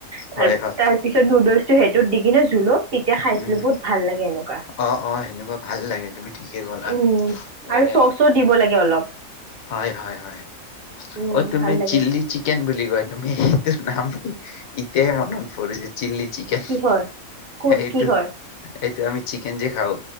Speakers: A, on the right; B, on the left.
A: তাৰ
B: হয় হয়।
A: তাৰ পিছত নুডলছ টো সেইটোত দি কিনে জোলক তেতিয়া খাইছিলো
B: উম,
A: বহুত ভাল লাগে এনেকুৱা।
B: অ অ সেনেকুৱা ভাল লাগে তুমি ঠিকে কলা।
A: উম আৰু
B: এ
A: চচো দিব লাগে অলপ।
B: হয় হয় হয়।
A: উম
B: তুমি
A: ভাল লাগে
B: চিল্লি চিকেন চিকেন বুলি কয়, তুমি সেইটো নাম এতিয়াই মনত পৰিল। চিল্লি চিকেন,
A: কিহৰ ক
B: এইটো
A: কিহৰ
B: এইটো আমি চিকেন যে খাওঁ,